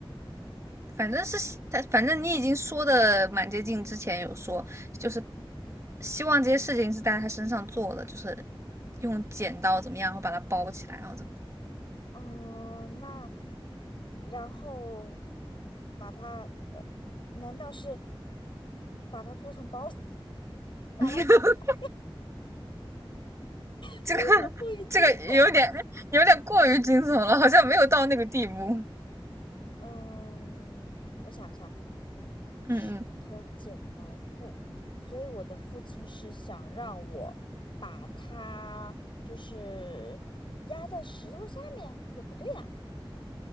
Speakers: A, on the right; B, on the left.
A: 反正是他，反正你已经说的蛮接近，之前有说就是希望这些事情是在他身上做的，就是用剪刀怎么样，然后把它包起来，然后怎么。
B: 嗯，那然后把它，呃，难道是把它做成包子 <laughs> 拿来，
A: <laughs>
B: <laughs> 是不是有点过于惊悚？
A: 这个 <laughs> 这个有点有点过于惊悚了，好像没有到那个地步。
B: 嗯，我想一下，
A: 嗯嗯，
B: 石头剪刀布，所以我的父亲是想让我把它就是压在石头下面，也不对呀、